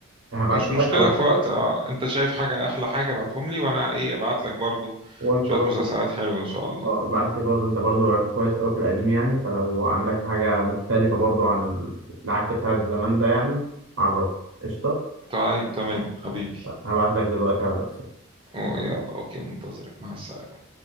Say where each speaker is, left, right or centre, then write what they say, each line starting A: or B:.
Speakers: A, on the right; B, on the right.
A: هبعتهم
B: مش مشكلة
A: لك على الواتساب
B: في وقت اه انت شايف حاجة احلى حاجة ابعتهم لي وانا ايه ابعت لك برضه
A: وانت
B: شوية
A: برضو
B: مسلسلات حلوة ان شاء الله
A: اه ابعت لي برضو انت برضو كويس قوي في القديم يعني فلو عندك حاجة مختلفة برضو عن العك بتاع الزمان ده يعني عرفني قشطة
B: طيب تمام حبيبي
A: هبعت لك دلوقتي على الواتساب
B: أوه يلا اوكي منتظرك مع السلامة